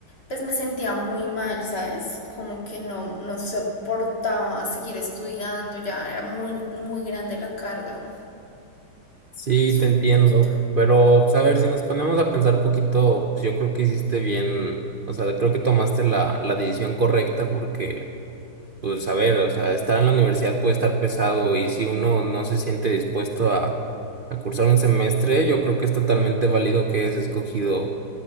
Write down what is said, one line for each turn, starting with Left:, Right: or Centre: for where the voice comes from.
Left: pues me sentía muy mal, ¿sabes? Como que no, no soportaba seguir estudiando, ya era muy, muy grande la carga,
Right: Sí,
Left: es
Right: te
Left: un
Right: entiendo,
Left: poquito
Right: pero pues, a ver, si nos ponemos a pensar poquito, pues yo creo que hiciste bien, o sea, creo que tomaste la, la decisión correcta porque, pues a ver, o sea, estar en la universidad puede estar pesado y si uno no se siente dispuesto a, a cursar un semestre, yo creo que es totalmente válido que hayas escogido